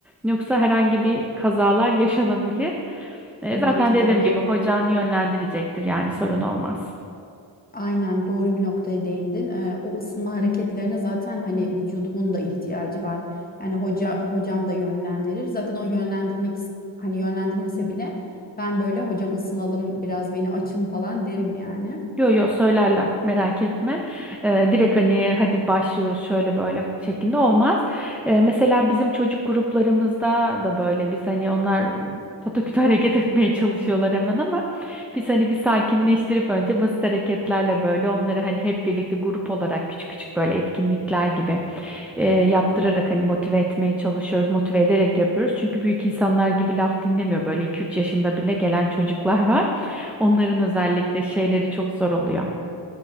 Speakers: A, in the centre; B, on the left (about 20°).
A: Yoksa herhangi bir kazalar yaşanabilir. E,
B: Tabii
A: zaten
B: ki
A: dediğim
B: de doğru.
A: gibi hocan yönlendirecektir yani sorun olmaz.
B: Aynen doğru bir noktaya değindin. Ee, o ısınma hareketlerine zaten hani vücudumun da ihtiyacı var. Yani hoca hocam da yönlendirir. Zaten o yönlendirmek is- hani yönlendirmese bile ben böyle hocam ısınalım biraz beni açın falan derim yani.
A: Yo yo söylerler merak etme. Ee, direkt hani hadi başlıyoruz şöyle böyle şeklinde olmaz. Ee, mesela bizim çocuk gruplarımızda da böyle biz hani onlar pataküte <laughs> hareket etmeye çalışıyorlar hemen ama biz hani bir sakinleştirip önce basit hareketlerle böyle onları hani hep birlikte grup olarak küçük küçük böyle etkinlikler gibi e, yaptırarak hani motive etmeye çalışıyoruz. Motive ederek yapıyoruz. Çünkü büyük insanlar gibi laf dinlemiyor. Böyle iki üç yaşında bile gelen çocuklar <laughs> var. Onların
B: Tabii
A: özellikle
B: ki.
A: şeyleri çok zor oluyor.